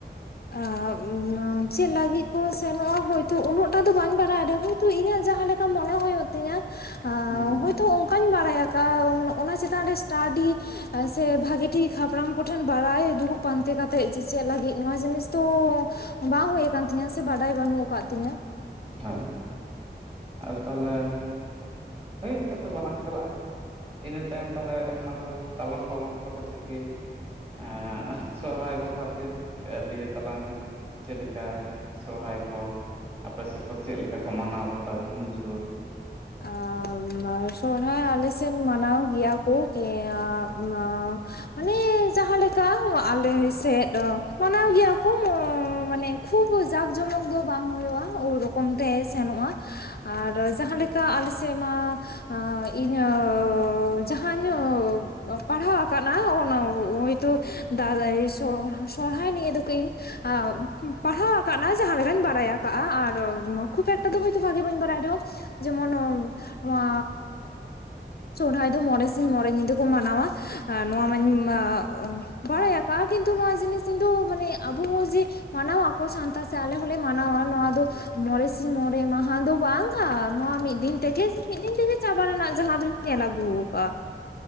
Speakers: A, on the left; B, on the right.
A: <unintelligible> ᱪᱮᱫ ᱞᱟᱹᱜᱤᱫ ᱠᱚ ᱥᱮᱱᱚᱜᱼᱟ ᱦᱳᱭᱛᱚ ᱩᱱᱟᱹᱜ ᱴᱟ ᱫᱚ ᱵᱟᱹᱧ ᱵᱟᱲᱟᱭ ᱨᱮᱦᱚᱸ ᱛᱚ ᱤᱧᱟᱹᱜ ᱡᱟᱦᱟᱸ ᱞᱮᱠᱟ ᱢᱚᱱᱮ ᱦᱩᱭᱩᱜ ᱛᱤᱧᱟᱹ
B: ᱦᱩᱸ
A: ᱦᱚᱳᱭᱛᱚ ᱚᱸᱠᱟᱧ ᱵᱟᱲᱟᱭ ᱟᱠᱟᱫᱼᱟ, ᱚᱱᱟ ᱪᱮᱛᱟᱱ ᱨᱮ ᱮᱥᱴᱟᱰᱤ ᱟᱨ ᱥᱮ ᱵᱷᱟᱹᱜᱤ ᱴᱷᱤᱠ ᱦᱟᱯᱲᱟᱢ ᱠᱚᱴᱷᱮᱱ ᱵᱟᱲᱟᱭ ᱫᱩᱲᱩᱵ ᱯᱟᱱᱛᱮ ᱠᱟᱛᱮᱜ, ᱡᱮ ᱪᱮᱫ ᱞᱟᱹᱜᱤᱫ ᱱᱚᱣᱟ ᱡᱤᱱᱤᱥ ᱛᱚ ᱵᱟᱝ ᱦᱩᱭ ᱟᱠᱟᱱ ᱛᱤᱧᱟᱹ ᱥᱮ ᱵᱟᱰᱟᱭ ᱵᱟᱹᱱᱩᱜ ᱟᱠᱟᱫ ᱛᱤᱧᱟᱹ
B: ᱦᱳᱭ! ᱟᱫᱚ ᱛᱟᱦᱮᱞᱮ, ᱦᱳᱭ ᱚᱸᱛᱮ ᱫᱚ ᱵᱟᱞᱟᱝ ᱪᱟᱞᱟᱜᱼᱟ᱾ ᱤᱱᱟᱹ ᱛᱟᱭᱚᱢ ᱛᱟᱦᱚᱞᱮ ᱦᱟᱱᱟ ᱫᱚᱨᱚ ᱛᱟᱞᱚᱢ ᱯᱟᱞᱚᱢ ᱦᱚᱴᱚ ᱠᱟᱛᱮ ᱜᱮ ᱟᱸ ᱥᱚᱦᱨᱟᱭ ᱵᱟᱠᱷᱨᱟ ᱛᱮ ᱮ ᱞᱟᱹᱭᱟᱹ ᱛᱟᱞᱟᱝ ᱢᱮ, ᱪᱮᱫ ᱞᱮᱠᱟ ᱥᱚᱦᱨᱟᱭ ᱠᱚ ᱟᱯᱮ ᱥᱮᱫ ᱠᱚ ᱪᱮᱫ ᱞᱮᱠᱟ ᱠᱚ ᱢᱟᱱᱟᱣ ᱵᱟᱛᱟᱣᱟ ᱛᱤᱱ ᱡᱩᱨ?
A: ᱟᱻᱢ ᱥᱚᱦᱨᱟᱭ ᱟᱞᱮ ᱥᱮᱫ ᱢᱟᱱᱟᱣ ᱜᱮᱭᱟ ᱠᱚ ᱠᱤ ᱟᱸ ᱢᱟ, ᱚᱱᱮᱸ ᱡᱟᱸᱦᱟᱸ ᱞᱮᱠᱟᱶ ᱟᱞᱮ ᱥᱮᱫ ᱢᱟᱱᱟᱣ ᱜᱮᱭᱟ ᱠᱚ ᱢᱚᱝ ᱢᱟᱱᱮ ᱠᱷᱩᱵ ᱡᱟᱠ ᱡᱚᱢᱚᱠ ᱫᱚ ᱵᱟᱝ ᱦᱳᱭᱳᱜᱼᱟ, ᱩ ᱨᱚᱠᱚᱢ ᱛᱮ ᱦᱮᱜ ᱥᱮ ᱱᱚᱜᱼᱟ ᱟᱨ ᱡᱟᱦᱟᱸ ᱞᱮᱠ ᱠᱟ ᱟᱞᱮ ᱥᱮᱫ ᱢᱟ ᱦᱟᱸ ᱤᱧᱟᱹᱜ ᱡᱟᱦᱟᱸ ᱧᱳᱜ ᱵᱟᱭ ᱯᱟᱲᱦᱟᱣ ᱟᱠᱟᱱᱟ ᱚᱱᱟ ᱦᱚᱭ ᱛᱚ ᱫᱟᱫᱟ ᱥᱚᱻᱥᱚᱦᱲᱟᱭ ᱱᱤᱭᱮ ᱫᱚ ᱠᱟᱹᱡ ᱤᱧ ᱟ ᱯᱟᱲᱦᱟᱣ ᱟᱠᱟᱱᱟᱭ ᱡᱟᱦᱟᱸ ᱞᱮᱠᱟᱧ ᱵᱟᱰᱟᱭ ᱟᱠᱟᱜᱼᱟ, ᱟᱨᱚᱢ ᱠᱷᱩᱵ ᱮᱠ ᱛᱚ ᱫᱚ ᱦᱳᱭᱛᱳ ᱵᱷᱟᱹᱜᱤ ᱵᱟᱹᱧ ᱵᱟᱰᱟᱭ ᱨᱮᱦᱚᱸ ᱡᱮᱢᱚᱱ ᱚᱱ ᱱᱚᱣᱟ
B: <inaudible>
A: ᱥᱚᱲᱦᱟᱭ ᱫᱚ ᱢᱚᱬᱮ ᱥᱤᱧ ᱢᱚᱬᱮ ᱧᱤᱫᱟᱹ ᱠᱚ ᱢᱟᱱᱟᱣᱟ ᱟᱨ ᱱᱚᱣᱟ ᱢᱟᱹᱧ ᱟᱸᱻᱳᱸ ᱵᱟᱲᱟᱭ ᱟᱠᱟᱜᱼᱟ, ᱠᱤᱸᱛᱩ ᱱᱚᱣᱟ ᱡᱤᱱᱤᱥ ᱤᱧ ᱫᱚ ᱢᱟᱱᱮ ᱟᱵᱚ ᱡᱮ ᱢᱟᱱᱟᱣᱟ- ᱠᱚ ᱥᱟᱱᱛᱟᱲ ᱥᱮ ᱟᱞᱮ ᱦᱚᱸᱞᱮ ᱢᱟᱱᱟᱣᱟ ᱱᱚᱣᱟ ᱫᱚ ᱢᱚᱨᱮ ᱥᱤᱧ ᱢᱚᱬᱮ ᱢᱟᱦᱟ ᱫᱚ ᱵᱟᱝ ᱟ, ᱱᱚᱣᱟ ᱢᱤᱫ ᱫᱤᱱ ᱛᱮᱜᱮᱧ ᱢᱤᱫ ᱫᱤᱱ ᱛᱮᱜᱮ ᱪᱟᱵᱟ ᱨᱮᱱᱟᱜ ᱡᱟᱦᱟᱸ ᱫᱩᱧ ᱧᱮᱞ ᱟᱹᱜᱩ ᱠᱟᱜ ᱟ᱾